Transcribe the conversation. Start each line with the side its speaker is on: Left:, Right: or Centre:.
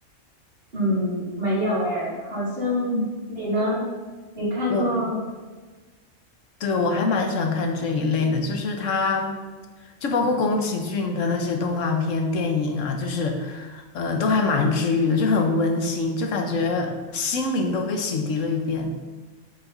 Right: 嗯，没有诶，好像你呢？
Left: 嗯
Right: 你看过？
Left: 我对，我还蛮喜欢看这一类的，就是它，就包括宫崎骏的那些动画片、电影啊，就是，呃，都还蛮治愈的，就很温馨，就感觉心灵都被洗涤了一遍。